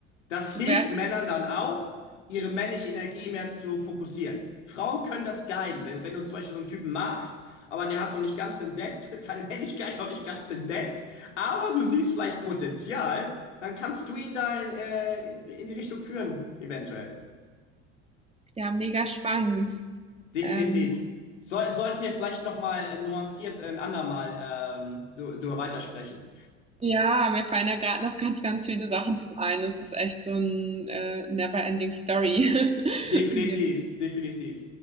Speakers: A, on the left; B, on the right.
A: das
B: Wäre
A: hilft Männern dann auch, ihre männliche Energie mehr zu fokussieren. Frauen können das guiden. Wenn, wenn du zum Beispiel so einen Typen magst, aber der hat noch nicht ganz entdeckt, <laughs> seine Männlichkeit noch nicht ganz entdeckt, aber du siehst vielleicht Potenzial, dann kannst du ihn da in, äh, in die Richtung führen, eventuell.
B: ja mega spannend.
A: Definitiv.
B: Ähm,
A: Soll, sollten wir vielleicht nochmal nuanciert ein andermal ähm, du, darüber weitersprechen.
B: ja, mir fallen da gerade noch ganz, ganz viele Sachen zu ein. Es ist echt so ein äh, never-ending Story, <laughs>
A: Definitiv,
B: in dem.
A: definitiv.